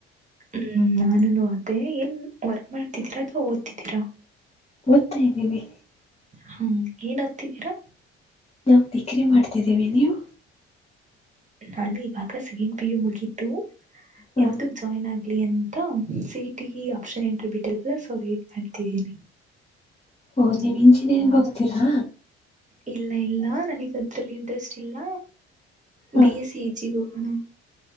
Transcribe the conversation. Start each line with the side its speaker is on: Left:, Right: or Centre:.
Right: ಹ್ಮ್, ನಾನು ಅದೇ ಏನ್ ವರ್ಕ್ ಮಾಡ್ತಿದ್ದೀರಾ ಅಥವಾ ಓದ್ತಿದ್ದೀರಾ.
Left: ಓದ್ತಾ ಇದ್ದೀವಿ.
Right: ಹ್ಮ, <inaudible> ಏನ್ ಹತಿದ್ದೀರಾ
Left: ನಾವು ಡಿಗ್ರಿ ಮಾಡ್ತಿದ್ದೀವಿ ನೀವು.
Right: ನಾನು ಇವಾಗ ಸೆಕೆಂಡ್ ಪಿ, ಯು ಮುಗಿದ್ದು
Left: ಹ
Right: ಯಾವ್ದಗ್ ಜಾಯ್ನ್ ಆಗ ಅಂತ ಸಿ, ಟಿ ಆಪ್ಷನ್ <unintelligible> ಎಂಟ್ರಿ ಬಿಟ್ಟಿಲ್ವ ಸೊ ವೇಟ್ ಮಾಡ್ತಿದೀನಿ.
Left: ಓ! ನೀವ್ ಇಂಜಿನಿಯರ್ಂಗ ಹೋಗ್ತೀರಾ,
Right: ಇಲ್ಲ, ಇಲ್ಲ ನನಗ್ ಅದ್ರಲ್ಲಿ ಇಂಟ್ರೆಸ್ಟ್ ಇಲ್ಲ
Left: ಹ
Right: ಬಿ, ಎಸ್ ಸಿ ಹೆಚ- ಹಣ <inaudible>